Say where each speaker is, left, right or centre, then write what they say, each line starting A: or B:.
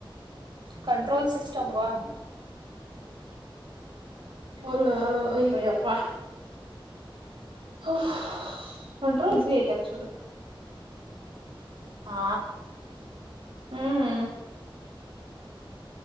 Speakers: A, on the right; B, on the right.
A: ಕಂಟ್ರೋಲ್ ಸಿಿಸ್ಟಟಮ್ವಾ
B: ಲ್ಲ ಯಪ್ಪಾ ಹ ಹೊಂಟ ಈಸಿ ಐತ್ ಆಕ್ಚುಲಿ
A: ಆ
B: ಹ್ಮ್